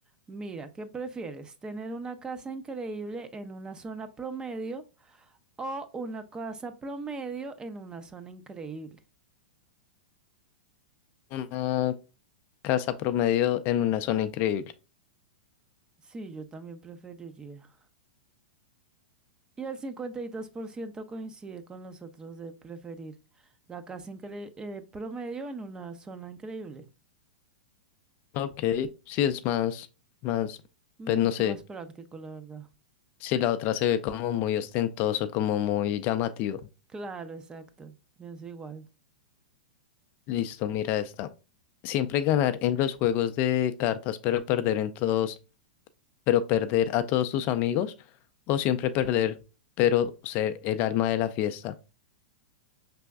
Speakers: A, on the right (about 15°); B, on the left (about 40°).
A: Mira, ¿qué prefieres? ¿Tener una casa increíble en una zona promedio? o una casa promedio en una zona increíble.
B: Una casa promedio en una zona increíble.
A: Sí, yo también preferiría. Y el 52% coincide con los otros de preferir la casa incre- eh, promedio en una zona increíble.
B: Ok, sí es más, más,
A: Mucho
B: pues no sé,
A: más práctico, la verdad.
B: si la otra se ve como muy ostentoso, como muy llamativo.
A: Claro, exacto. Pienso igual.
B: Listo, mira esta. Siempre ganar en los juegos de cartas, pero perder en todos, pero perder a todos tus amigos, o siempre perder, pero ser el alma de la fiesta.